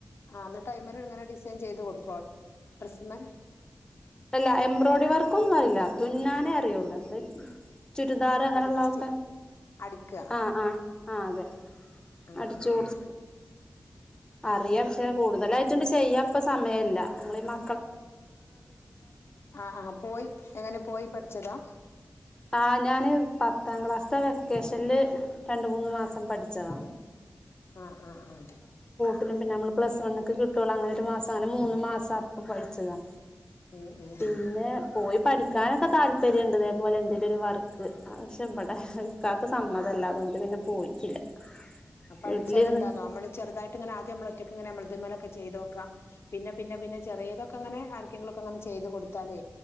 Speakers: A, on the left; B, on the left.
A: ആഹ് അന്ന് ടൈമില് ഇങ്ങനെ ഡിസൈൻ ചെയ്ത് കൊടുക്കോ? പ്രസ്മ്മേ
B: അല്ല എംബ്രോയ്ഡറി വർക്കൊന്നും അറിയില്ല തുന്നാനേ അറിയുള്ളൂ നമ്മള് ചുരിദാർ അങ്ങനെ
A: അടി
B: ഒള്ളൊക്കെ
A: സ്റ്റി അടിക്ക
B: ആഹ ആ ആ അതെ
A: ആഹ
B: അടിച്ചു
A: ആഹ
B: കൊടുക്കും
A: ആ.
B: അറിയാം ക്ഷെ കൂടുതലായി ഇണ്ട് ചെയ്യാപ്പ സമയല്ല നമ്മള് ഈ മ
A: ആഹ ആഹ പോയി എങ്ങനെ പോയി പഠിച്ചതാ.
B: ആ ഞാൻ പത്താം ക്ലാസ്ത്തെ വെക്കേഷനിൽ രണ്ട് മൂന്ന് മാസം പഠിച്ചതാ
A: ആഹ് ആഹ് ആഹ്
B: പിന്നെനമ്മള്പ്ലസ് വൺക്ക്കിട്ടുള്ളൊ അങ്ങനെ ഒരു മാസം അങ്ങനെ മൂന്ന് മാസം അപ്പ പഠിച്ചതാ.
A: ആഹ് ആഹ്
B: പിന്നെ
A: ആഹ്.
B: പോയി പഠിക്കാനൊക്കെ താല്പര്യ ഇണ്ട് ഇതേപോലെ ഇതിലൊരു വർക്ക് പക്ഷെ ഇവിടെ ഇക്കാക്ക് സമ്മതല്ല അതുകൊണ്ട് പിന്നെ പോയിട്ടില്ല.
A: അപ്പ
B: വീട്ടിലിരുന്ന്
A: അടിച്ചാലെന്താന്നോനമ്മള് ചെറുതായിട്ട ഇങ്ങനെആദ്യംനമ്മള്ദ് മല് ഒറ്റക്കങ്ങനെ ഞമ്മളത്‌മല്ങ്ങനെ ഒക്കെ ചെയ്തോക്കാംപിന്നെപിന്നെപിന്നെ ചെറീതൊക്കെ അങ്ങനെ ആർക്കെങ്കിലും ഒക്കെ അങ്ങനെ ചെയ്തു കൊടുത്താലേ